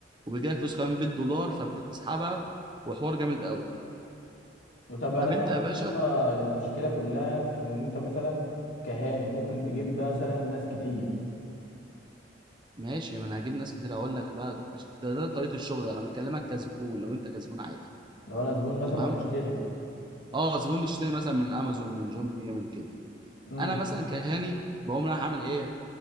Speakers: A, on the right; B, on the left.
A: وبيجيلك فلوس كمان بالدولار فبتسحبها وحوار جامد قوي
B: طب انا
A: طب
B: سمعت
A: انت يا
B: ان
A: باشا
B: هو المشكله كلها في ان إن انت مثلا كهاني ممكن تجيب مثلا ناس كتير
A: ماشي ما انا هجيب ناس كتير اقول لك بقى ده, ده طريقه الشغل بقى. انا بكلمك كزبون لو انت كزبون عادي
B: لو انا زبون مثلا
A: تمام
B: وهشتري
A: اه زبون بتشتري مثلا من امازون من جوميا من كده
B: امم
A: انا مثلا كهاني بقوم رايح اعمل ايه